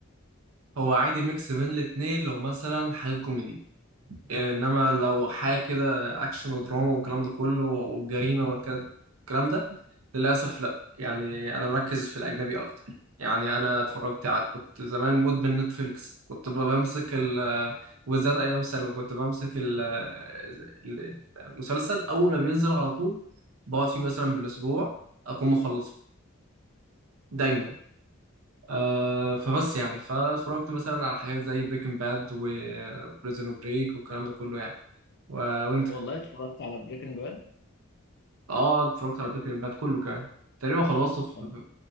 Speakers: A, on the right; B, on the left.
A: هو عادي ميكس بين الاتنين لو مثلا حاجه كوميدي انما لو حاجه كده اكشن ودراما والكلام ده كله والجريمه والكلام ده للاسف لا يعني انا مركز في الاجنبي اكتر يعني انا اتفرجت على كنت زمان مدمن نتفليكس كنت ب- بمسك ال وبالذات ايام ثانوي كنت بمسك ال ال- المسلسل اول ما بينزل على طول بقعد فيه مثلا بالاسبوع اكون مخلصه دايما أه فبس يعني فاتفرجت مثلا على حاجات زي بريكنج باد وبريزون بريك والكلام ده كله يعني و... وانت
B: والله اتفرجت على بريكنج
A: اه اتفرجت على بريكنج باد كله كمان تقريبا خلصته في
B: باد